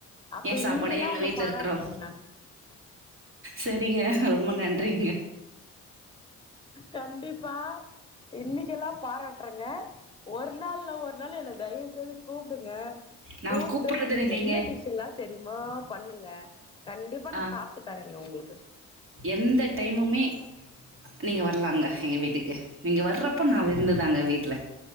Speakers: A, on the left; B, on the right.
A: அப்ப
B: ஏ சாப்பாடு
A: இன்னைக்கெல்லா
B: எங்க
A: உங்கள
B: வீட்டுல
A: பாராட்டுறேங்க
B: இருக்குறவ
A: நானு
B: செரிங்க ரொம்ப நன்றிங்க
A: கண்டிப்பா இன்னைக்கெல்லா பாராட்டுறங்க ஒரு நாள் இல்ல ஒரு நாள் என்ன தய்வ்செய்து கூப்டுங்க
B: நா
A: கூப்ட்டு
B: கூப்புட்றதுன்னு
A: உங்கள்க்
B: இல்லைங்க
A: என்ன டிஷ் எல்லா தெரிமோ பண்ணுங்க கண்டிப்பா நா
B: ஆ
A: சாப்ட்டு தரேங்க உங்கள்க்கு
B: எந்த டைமுமே நீங்க வர்லாங்க எங்க வீட்டுக்கு நீங்க வர்றப் போ
A: ம்
B: நா விருந்துதாங்க வீட்ல